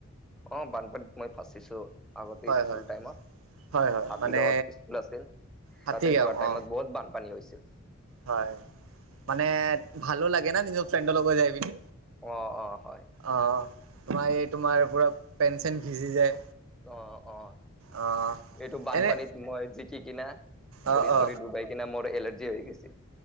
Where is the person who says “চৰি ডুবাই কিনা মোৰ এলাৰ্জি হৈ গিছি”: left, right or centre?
Centre